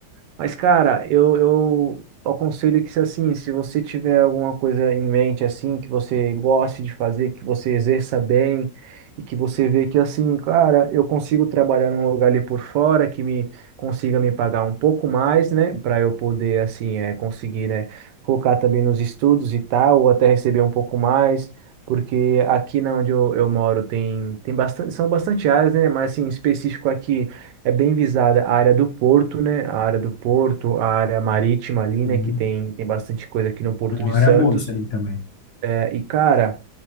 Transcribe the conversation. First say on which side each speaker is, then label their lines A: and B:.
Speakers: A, on the right; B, on the left.
A: Mas, cara, eu, eu aconselho que, se assim, se você tiver alguma coisa em mente, assim, que você goste de fazer, que você exerça bem e que você vê que, assim, cara, eu consigo trabalhar num lugar ali por fora que me consiga me pagar um pouco mais, né, para eu poder, assim, é, conseguir, né, focar também nos estudos e tal, ou até receber um pouco mais. Porque aqui na onde eu, eu moro tem, tem bastante, são bastante áreas, né? Mas assim, em específico aqui é bem visada a área do porto, né? A área do porto, a área marítima ali,
B: sim.
A: né? Que tem, tem bastante coisa aqui no Porto
B: É uma
A: de Santos.
B: área boa isso aí também.
A: É, e, cara,